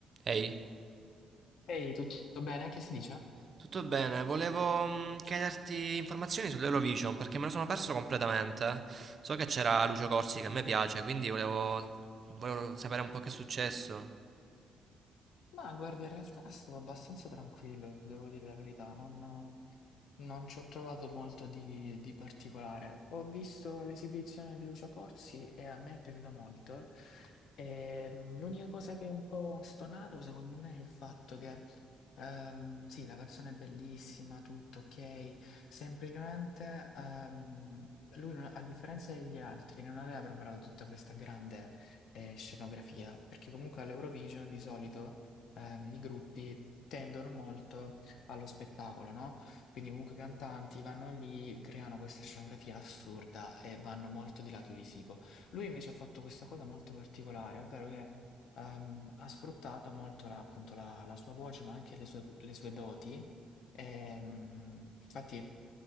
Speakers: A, on the right; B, on the left.
A: Ehi,
B: Ehi, tutto bene? Che si dice?
A: tutto bene? Volevo mm, chiederti informazioni sull'Eurovision perché me lo sono perso completamente. So che c'era Lucio Corsi che a me piace, quindi volevo, volevo sapere un po' che è successo.
B: Ma guarda, in realtà è stato abbastanza tranquillo, devo dire la verità, non, non ci ho trovato molto di, di particolare. Ho visto l'esibizione di Lucio Corsi e a me è piaciuta molto. Ehm, L'unica cosa che è un po' stonato, secondo me, è il fatto che, ehm, sì, la canzone è bellissima, tutto ok, semplicemente ehm, lui, non- a differenza degli altri, non aveva preparato tutta questa grande eh, scenografia, perché comunque all'Eurovision di solito ehm, i gruppi tendono molto allo spettacolo, no? Quindi comunque i cantanti vanno lì, creano questa scenografia assurda e vanno molto di lato visivo. Lui invece ha fatto questa cosa molto particolare, ovvero che ehm, ha sfruttato molto la, appunto la, la sua voce, ma anche le sue, le sue doti. Ehm, infatti,